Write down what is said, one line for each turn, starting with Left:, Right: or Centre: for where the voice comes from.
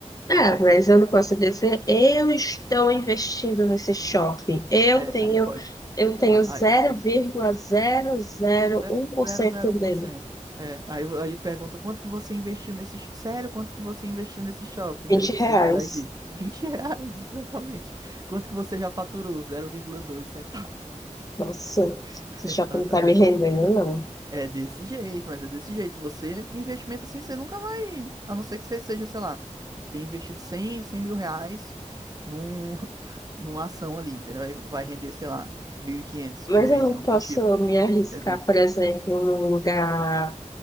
Left: É, mas eu não posso dizer, eu estou investindo nesse shopping. Eu
Right: É,
Left: tenho,
Right: aí pode.
Left: eu tenho
Right: Aí,
Left: zero
Right: aí,
Left: vírgula zero zero
Right: zero
Left: vírgula um por
Right: zero
Left: cento
Right: zero um
Left: dele.
Right: por cento. É, aí, vo- aí pergunta quanto que você investiu nesse. sh- Sério, quanto que você investiu nesse shopping?
Left: vinte
Right: Aí você
Left: reais.
Right: vai lá e diz: 20 reais, <laughs> exatamente. Quanto que você já faturou? Zero vírgula dois centavos.
Left: Nossa,
Right: <laughs>
Left: esse
Right: Exatamente
Left: shopping não está me rendendo, não.
Right: É desse jeito, mas é desse jeito. Você, investimento assim, você nunca vai. A não ser que você seja, sei lá, ter investido cem, cem mil reais num, <laughs> numa ação ali, entendeu? Aí Vai render, sei lá, 1.500
Left: Mas
Right: por mês,
Left: eu não
Right: algo
Left: posso
Right: do tipo.
Left: me arriscar,
Right: Exemplo.
Left: por exemplo, num lugar